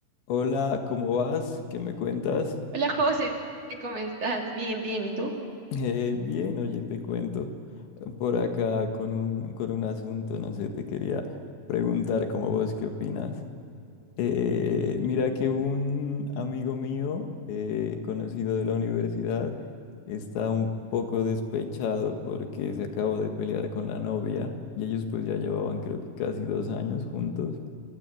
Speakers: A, on the left (about 65°); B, on the right (about 40°).
A: Hola, ¿cómo vas? ¿Qué me cuentas?
B: Hola José, ¿cómo estás? Bien, bien, ¿y tú?
A: Eh, bien, oye, te cuento eh, por acá con un, con un asunto, no sé, te quería preguntar como vos qué opinas. Eh, mira que un amigo mío, eh, conocido de la universidad, está un poco despechado porque se acaba de pelear con la novia y ellos pues ya llevaban creo que casi dos años juntos.